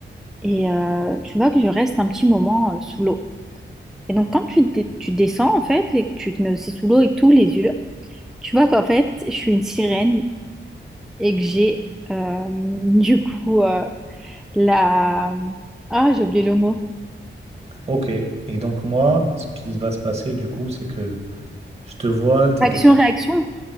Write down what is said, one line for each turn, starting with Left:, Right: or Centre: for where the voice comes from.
Centre: Et euh, tu vois que je reste un petit moment euh, sous l'eau. Et donc, quand tu, dé- tu descends, en fait, et que tu te mets aussi sous l'eau et tous les yeux, tu vois qu'en fait, je suis une sirène et que j'ai, euh, du coup, euh, la... Ah, j'ai oublié le mot.
Right: Ok. Et donc moi, ce qui va se passer du coup, c'est que je te vois, t'es
Centre: Action-réaction.
Right: de...